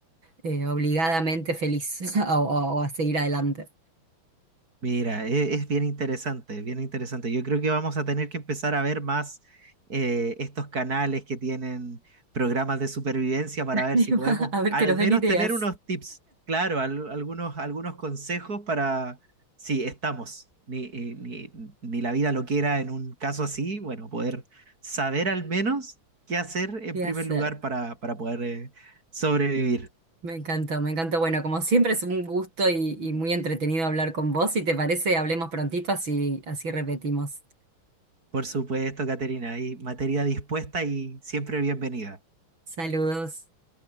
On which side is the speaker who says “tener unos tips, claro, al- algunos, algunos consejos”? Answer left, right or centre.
Right